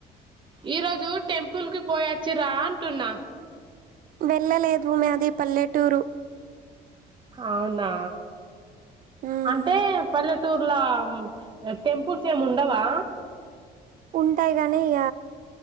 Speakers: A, on the right; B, on the right.
A: ఈ రోజు టెంపుల్ కి పోయా చిరాంటున్నా
B: వెళ్ళలేదు మాది పల్లెటూరు
A: అవునా
B: మ్,
A: అంటే పల్లె చిత్తూర్లా టెంపుల్స్ ఏమి ఉండవా
B: ఉంటాయి గానీ ఇగ